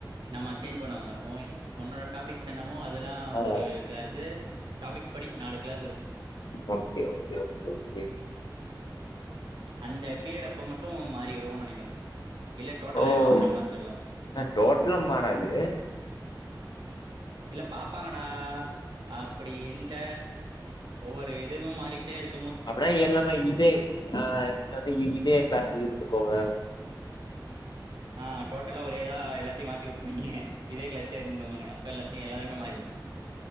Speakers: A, on the right; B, on the left.
A: நம்ம சேஞ்ச் பண்ணுவாங்க ஒயின் ஒண்ட பிக்ஸ் என்னமோ அதெல்லா
B: ஆ
A: ஒரு கிளாஸ்ஸு டாபிக்ஸ் படி நாலு கிளாஸ் இருக்கு
B: ஓகே ஓகே ஓகே ஓகே
A: அந்த பீரியட் அப்போ மட்டு மாறிடு நினைக்கிற இல்ல டோட்டல்
B: ஓ
A: லாவோ மாதிடுவங்களா தெரில
B: ஆ டோட்டலா மாறாது
A: இல்ல பாப்பாங்கடா அப் அப்படி இல்ல ஒவ்வொரு இதுவு மாறிக்கிட்டே இருக்
B: அப்படினா எல்லாமே இதே ஆ நீங்க வந்து இதே கிளாஸ்ல இருந்துக்கோங்க
A: ஆ டோட்டல்லா ஒரேதா எல்லாத்தையு மாத்தி <unintelligible> இதே கிளாஸ் <unintelligible> அப்ப எல்லாத்தையு எல்லா மாரிடு